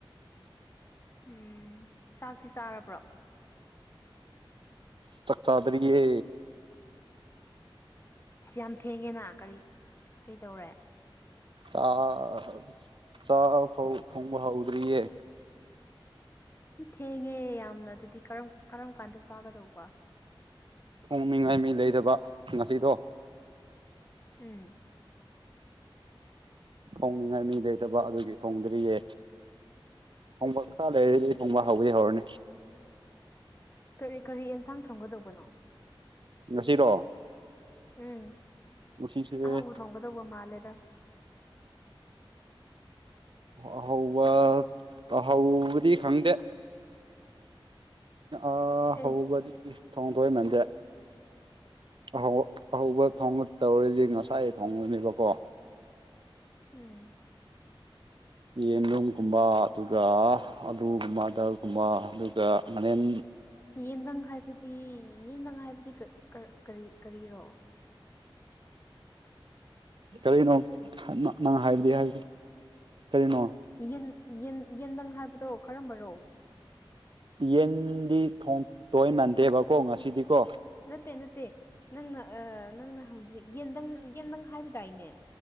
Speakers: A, on the left (about 25°); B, on the right (about 65°).
A: ꯎꯝ ꯆꯥꯛꯇꯤ ꯆꯥꯔꯕ꯭ꯔꯣ
B: ꯆꯥꯛ ꯆꯥꯗꯔꯤꯌꯦ
A: ꯌꯥꯝ ꯊꯦꯡꯉꯦꯅ ꯀꯔꯤ ꯀꯩꯇꯧꯔꯦ
B: ꯆꯥꯛ
A: ꯎꯝ
B: ꯆꯥꯛ ꯐꯥꯎ ꯊꯣꯡꯕ ꯍꯧꯗ꯭ꯔꯤꯌꯦ
A: ꯎꯝ ꯊꯦꯡꯉꯦ ꯌꯥꯝꯅ ꯑꯗꯨꯗꯤ ꯀꯔꯝ ꯀꯔꯝ ꯀꯥꯟꯗ ꯆꯥꯒꯗꯧꯕ
B: ꯊꯣꯡꯅꯤꯡꯉꯥꯏ ꯃꯤ ꯂꯩꯇꯕ ꯉꯁꯤꯗꯣ
A: ꯎꯝ
B: ꯊꯣꯡꯅꯤꯡꯉꯥꯏ ꯃꯤ ꯂꯩꯇꯕ ꯑꯗꯨꯒꯤ ꯊꯣꯡꯗ꯭ꯔꯤꯌꯦ ꯊꯣꯡꯕ ꯈꯔ ꯂꯩꯔꯗꯤ ꯊꯣꯡꯕ ꯍꯧꯗꯤ ꯍꯧꯔꯅꯤ
A: ꯀꯔꯤ ꯀꯔꯤ ꯑꯦꯟꯁꯥꯡ ꯊꯣꯡꯒꯗꯧꯕꯅꯣ
B: ꯉꯁꯤꯔꯣ
A: ꯎꯝ
B: ꯉꯁꯤꯁꯦ
A: ꯑꯍꯥꯎꯕ ꯊꯣꯡꯒꯗꯧꯕ ꯃꯥꯂꯦꯗ
B: ꯑꯍꯥꯎꯕ ꯇꯥꯍꯧꯕꯗꯤ ꯈꯪꯗꯦ ꯑꯥ
A: ꯑꯦ
B: ꯍꯧꯕꯗꯤ ꯊꯣꯡꯇꯣꯏ ꯃꯥꯟꯗꯦ ꯑꯍꯧ ꯑꯍꯧꯕ ꯊꯣꯡꯕ ꯇꯧꯔꯗꯤ ꯉꯁꯥꯏ ꯊꯣꯡꯉꯅꯦꯕꯀꯣ
A: ꯎꯝ <inaudible>
B: ꯌꯦꯟꯂꯨꯝꯒꯨꯝꯕ ꯑꯗꯨꯒ ꯑꯂꯨꯒꯨꯝꯕ ꯑꯇꯔꯒꯨꯝꯕ ꯑꯗꯨꯒ ꯃꯅꯦꯟ
A: ꯌꯦꯟꯗꯪ ꯍꯥꯏꯕꯗꯤ ꯌꯦꯟꯗꯪ ꯍꯥꯏꯕꯗꯤ ꯀꯥ ꯀꯥꯀꯔꯤ ꯀꯔꯤꯔꯣ
B: ꯀꯔꯤꯅꯣ ꯅꯪ ꯍꯥꯏꯕꯗꯤ ꯍꯥꯏꯕꯗꯣ ꯀꯔꯤꯅꯣ
A: ꯌꯦꯟ ꯌꯦꯟ ꯌꯦꯟꯗꯪ ꯍꯥꯏꯕꯗꯣ ꯀꯔꯝꯕꯔꯣ
B: ꯌꯦꯟꯗꯤ ꯊꯣꯡꯇꯣꯏ ꯃꯥꯟꯗꯦꯕꯀꯣ ꯉꯁꯤꯗꯤꯀꯣ
A: ꯅꯠꯇꯦ ꯅꯠꯇꯦ ꯅꯪꯅ ꯅꯪꯅ ꯍꯧꯖꯤꯛ ꯌꯦꯟꯗꯪ ꯌꯦꯟꯗꯪ ꯍꯥꯏꯕ ꯇꯥꯏꯅꯦ